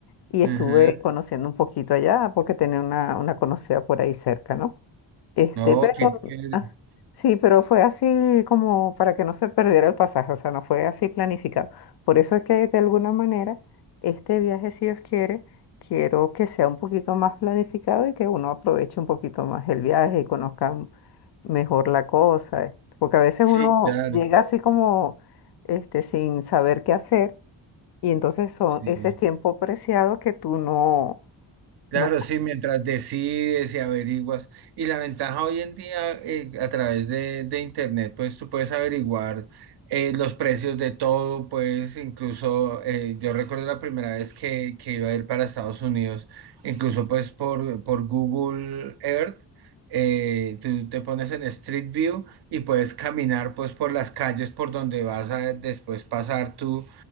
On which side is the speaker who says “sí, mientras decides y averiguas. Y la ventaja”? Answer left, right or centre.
Right